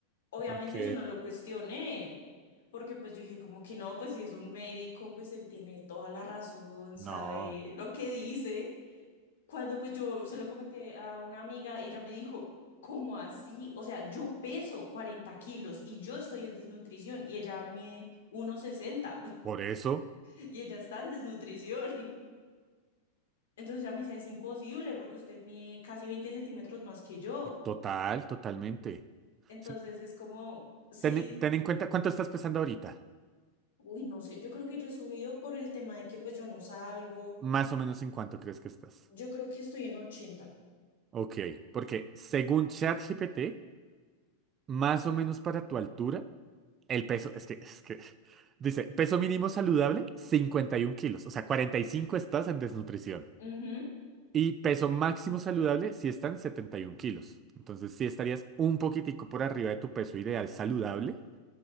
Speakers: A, on the left; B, on the right.
A: Obviamente
B: Ok.
A: yo no lo cuestioné, porque pues yo dije como que no, pues si es un médico, pues él tiene toda la razón, sabe
B: No,
A: lo que dice. Cuando pues yo se lo comenté a una amiga y ella me dijo, ¿cómo así? O sea, yo peso 40 kilos y yo estoy en desnutrición y ella mide 1,60 <laughs>
B: por eso.
A: y ella está en desnutrición. Entonces ya me decía, es imposible porque usted mide casi 20 centímetros más que yo.
B: Total, totalmente.
A: Entonces
B: O sea,
A: es como, sí,
B: ten, ten en cuenta cuánto estás pesando ahorita.
A: uy, no sé, yo creo que yo he subido por el tema de que pues yo no salgo,
B: Más o menos en cuánto crees que estás.
A: yo creo que estoy en ochenta
B: Ok, porque según ChatGPT, más o menos para tu altura, el peso, es que, es que, <laughs> dice, peso mínimo saludable, 51 kilos. O sea, 45 estás en desnutrición.
A: Ujú,
B: Y peso máximo saludable si están 71 kilos. Entonces sí estarías un poquitico por arriba de tu peso ideal saludable,